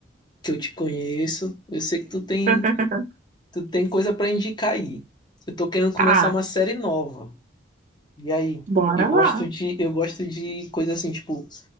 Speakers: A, on the left (about 25°); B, on the right (about 40°).
A: que eu te conheço. Eu sei que tu tem,
B: <laughs>
A: tu tem coisa pra indicar aí. Eu tô querendo começar
B: Ah,
A: uma série nova. E aí?
B: bora
A: Eu
B: lá.
A: gosto de, eu gosto de coisa assim, tipo,